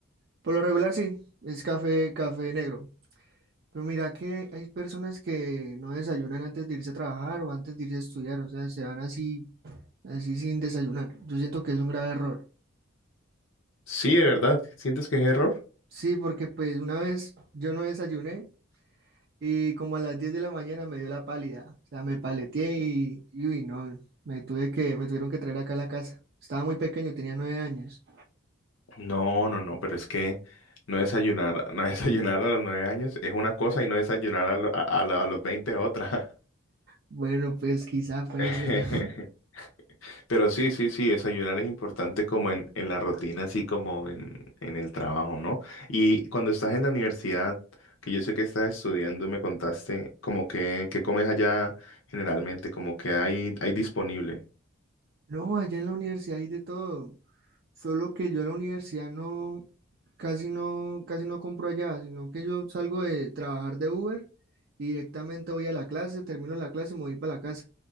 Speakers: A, on the right; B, on the left.
A: por lo regular sí, es café, café negro. Pero mira que hay personas que no desayunan antes de irse a trabajar o antes de irse a estudiar, o sea, se van así, así sin desayunar. Yo siento que es un grave error.
B: Sí, de verdad, ¿sientes que es error?
A: Sí, porque pues una vez yo no desayuné Y como a las 10 de la mañana me dio la pálida. O sea, me paleteé y, y uy, no, me tuve que, me tuvieron que traer acá a la casa. Estaba muy pequeño, tenía nueve años.
B: No, no, no, pero es que no desayunar, <laughs> no desayunar a los nueve años es una cosa y no desayunar a, lo- a- a la- a los veinte es otra.
A: Bueno, pues quizá puede
B: <laughs>
A: ser. <laughs>
B: Pero sí, sí, sí, desayunar es importante como en, en la rutina, así como en, en el trabajo, ¿no? Y cuando estás en la universidad, que yo sé que estás estudiando, me contaste como que, que comes allá generalmente, como que hay, hay disponible.
A: No, allá en la universidad hay de todo. Solo que yo a la universidad no, casi no, casi no compro allá, sino que yo salgo de trabajar de Uber y directamente voy a la clase, termino la clase y me voy para la casa,